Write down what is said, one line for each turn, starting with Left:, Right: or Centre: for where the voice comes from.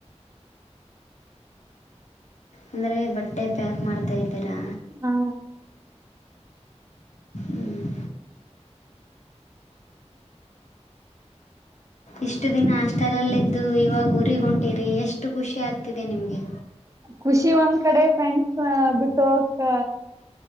Left: ಅಂದ್ರೆ ಬಟ್ಟೆ ಪ್ಯಾಕ್ ಮಾಡ್ತಾ ಇದೀರಾ.
Right: ಹಾ,
Left: ಹ್ಞೂ ಇಷ್ಟು ದಿನ ಹಾಸ್ಟೆಲಲ್ಲಿದ್ದು ಇವಾಗ ಊರಿಗ್ ಹೊಂಟಿರಿ ಎಷ್ಟು ಖುಷಿ ಆಗ್ತಿದೆ ನಿಮ್ಗೆ.
Right: ಖುಷಿ ಒಂದ್ ಕಡೆ ಫ್ರೆಂಡ್ಸ್ ಬಿಟ್ಟ ಹೋಗಕ್